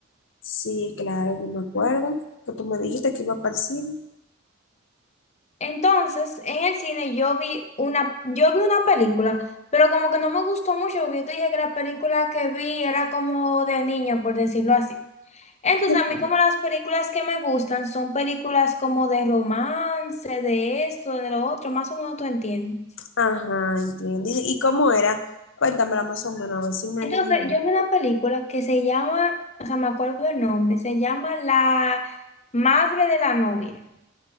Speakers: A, on the left; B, on the left.
A: Sí, claro, yo me acuerdo que tú me dijiste que iba para el cine.
B: Entonces, en el cine yo vi una, yo vi una película, pero como que no me gustó mucho, porque yo te dije que la película que vi era como de niño, por decirlo así. Entonces,
A: Ok.
B: a mí como las películas que me gustan son películas como de romance, de esto, de lo otro, más o menos tú entiendes.
A: Ajá, entiendo. ¿Y y cómo era? Cuéntamela más o menos, a ver si me
B: Entonces,
A: animo.
B: yo vi una película que se llama, o sea, me acuerdo el nombre, se llama La Madre de la Novia.